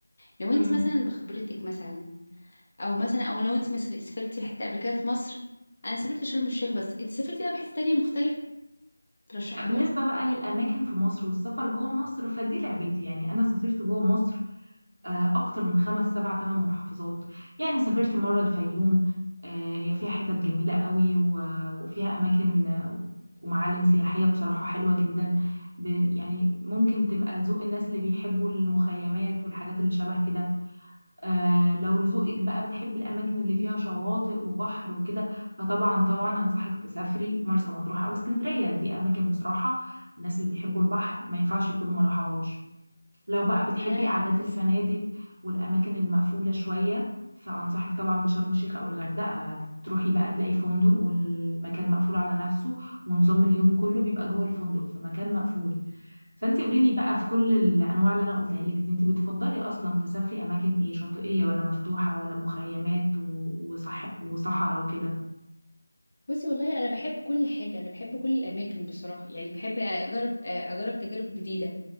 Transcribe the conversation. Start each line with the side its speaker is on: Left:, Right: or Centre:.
Left: لو انت
Right: امم
Left: مثلا بخبرتك مثلا او مثلا او لو انت ما سافر- سافرتي في حته قبل كده في مصر انا سافرت شرم الشيخ بس انت سافرتي بقى في حته تانية مختلفه ترشحيها
Right: لا بالنسبة
Left: لي
Right: بقى للأماكن في مصر والسفر جوه مصر فدي لعبتي يعني أنا سافرت جوه مصر آه، أكتر من خمس سبع تمن محافظات يعني سافرت مرة الفيوم آه، هي فيها حتت جميلة قوي و- وفيها أماكن آه، ومعالم سياحية بصراحة حلوة جدا ب- يعني ممكن تبقى لذوق الناس اللي بيحبوا المخيمات والحاجات اللي شبه كده آه، لو لذوقك بقى بتحب الأماكن اللي فيها شواطئ وبحر وكده فطبعا طبعا أنصحك تسافري مرسى مطروح أو اسكندرية دي أماكن بصراحة الناس اللي بيحبوا البحر ما ينفعش يكونوا ما راحوهاش لو بقى بتحبي
Left: انا
Right: قعدات الفنادق
Left: س-
Right: والأماكن المقفولة شوية فأنصحك طبعا بشرم الشيخ أو الغردقة هتروحي بقى تلاقي فندق والمكان مقفول على نفسه ونظام اليوم كله بيبقى جوه الفندق فمكان مقفول فأنت قولي لي بقى في كل الأنواع اللي أنا قلتها لك دي أنت بتفضلي أصلا تسافري أماكن إيه شاطئية ولا مفتوحة ولا مخيمات و- وصح... وصحراء وكده
Left: بصي والله انا بحب كل حاجه انا بحب كل الاماكن بصراحه يعني بحب اجرب اجرب تجارب جديده